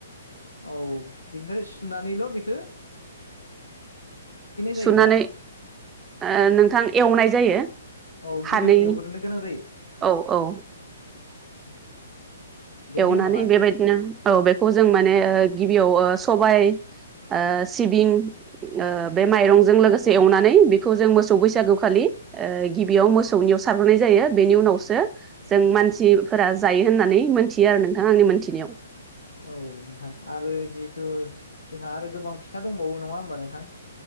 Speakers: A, on the left; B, on the right.
A: औ बिनिफ्राय सुनानैल' बेखो जायो
B: सुनानै
A: ना?
B: ओ नोंथां एवनाय जायो।
A: औ
B: खानै
A: गिबियाव एवग्रोनो गोनां जायो
B: औ औ
A: <inaudible> बेनि
B: एवनानै
A: उनावहाय
B: बेबायदिनो औ बेखौ जों माने ओ गिबियाव सबाय आ सिबिं ओ बे माइरंजों लोगोसे एवनानै बेखौ जों मोसौ बैसागु खालि ओ गिबियाव मोसौनियाव सारबोनाय जायो बेनि उनावसो जों मानसिफोरा जायो होननानै मोनथियो आरो नोंथां आंनि मोनथिनायाव।
A: औ नोंथां आरो जिहेथु जोंहा आरो गोबां फिथा दंबावो नङा होमबा नोंथां?